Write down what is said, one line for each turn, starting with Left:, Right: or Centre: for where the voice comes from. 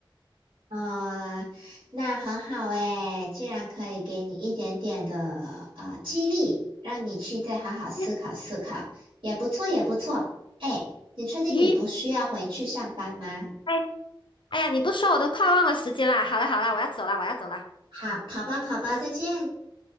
Right: 啊、那很好诶，既然可以给你一点点的呃激励，让你去再好好思考思考，
Left: <laughs>
Right: 也不错，也不错。哎，你确定你不需要回去上班吗？
Left: 咦，哎，哎呀，你不说我都快忘了时间啦。好啦好啦，我要走啦，我要走啦。
Right: 好，跑吧，跑吧，再见。